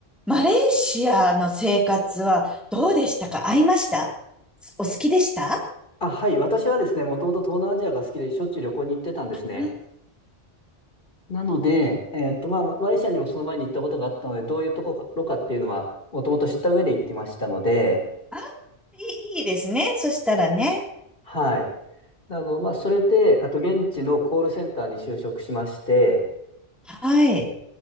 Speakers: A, in the centre; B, on the left.
A: マレーシアの生活はどうでしたか合いましたお好きでした
B: あ、はい。私はですね、もともと東南アジアが好きで、しょっちゅう旅行に行ってたんですね。
A: あ
B: なので、えーっと、まあ、マレーシアにもその前に行ったことがあったので、どういうところかっていうのは、もともと知った上で行ってましたので、
A: あ、いいいいですね。そしたらね。
B: はい。あの、まあ、それで、あと、現地のコールセンターに就職しまして、
A: はい。